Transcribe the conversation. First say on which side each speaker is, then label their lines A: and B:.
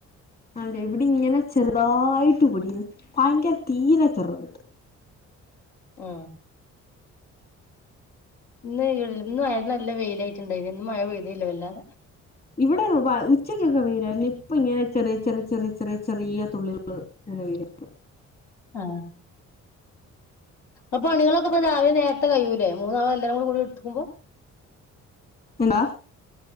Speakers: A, on the left; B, on the left.
A: ആണല്ലേ ഇവിടിങ്ങന ചെറുതായിട്ട് പൊടിയണ് ഭയങ്കര തീരെ ചെറുതായിട്ട്
B: മ് ഇന്ന് <unintelligible> ഇന്ന് ഇന്ന് നല്ല വെയിലായിട്ടുണ്ടായിരുന്നു ഇന്ന് മഴ പെയ്തില്ല വല്ലാതെ
A: ഇവിടെ വ ഉച്ചക്കൊക്കെ വെയിലായിരുന്നു ഇപ്പൊ ഇങ്ങനെ ചെറിയ ചെറിയ ചെറിയ ചെറിയ ചെറിയ തുള്ളികള് ഇങ്ങനെ വീഴുന്നു
B: ആ അപണികളൊക്കെ ഇപ്പൊ രാവിലെ നേരത്തെ കഴിയൂലെ മൂന്നാളും എല്ലാരും കൂടി എടുത്ത്ക്കുമ്പോ
A: എന്താ